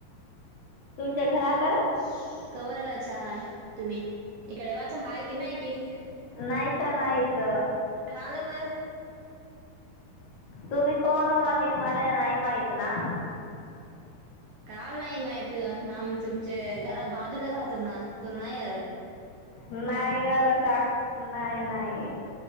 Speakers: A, on the left; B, on the right.
A: तुमच्या घरात
B: <unintelligible> कव वयाचा हाय तुम्ही इकडे वाच हाय की नाही के
A: नाही त्या नाहीत तवा
B: काल मल
A: तुम्ही कोण वाघे मला नाही माहित ना
B: काल नाही माहित आम तुमचे घरा बाजूला राहतो ना तुला नाही
A: नाही अरे का नाही नाही